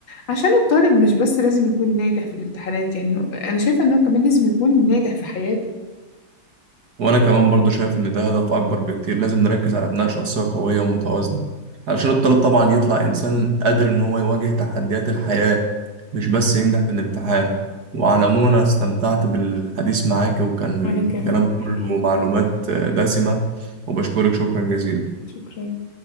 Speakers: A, on the left; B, on the right.
A: عشان الطالب مش بس لازم يكون ناجح في الامتحانات يعني أنا شايفة إنه كمان لازم يكون ناجح في حياته
B: وأنا كمان برضو شايف إن ده هدف أكبر بكتير لازم نركز على بناء شخصية قوية ومتوازنة علشان الطالب طبعا يطلع إنسان قادر إن هو يواجه تحديات الحياة مش بس ينجح في الامتحان وعلى العموم أنا استمتعت بالحديث معاك وكان
A: وأنا كمان
B: كلام كله
A: حقيقي
B: معلومات آه، دسمة وبشكرك شكرا جزيلا
A: شكرا